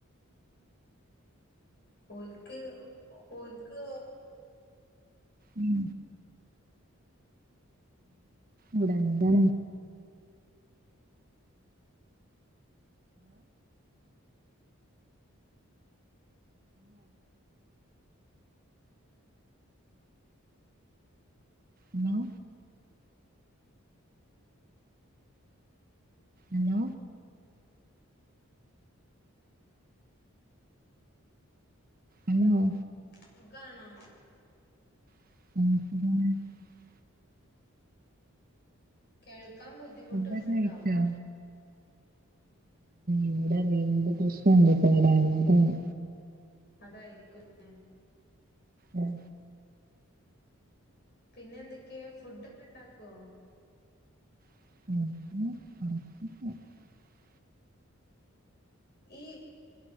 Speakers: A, on the left (about 50°); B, on the right (about 40°).
A: ഓൽക്ക് ഓൽ <unintelligible>
B: ഉം വിടണ്ടേ ഉം ഉം ഇന്നോ
A: സുഖാണോ
B: <unintelligible>
A: കേൾ ക്കാൻ ബുദ്ധിമുട്ടുണ്ട്ട്ടോ
B: ഫുഡൊക്കെ കഴിച്ചോ? ഇവിടെ വീണ്ടും <unintelligible> കേടായത് അതാണ്
A: അതായിരിക്കും ഉം
B: ഉം
A: പിന്നെന്തൊക്കെയ ഫുഡൊക്കെ ഉണ്ടാക്കുവോ
B: <unintelligible>
A: ഈ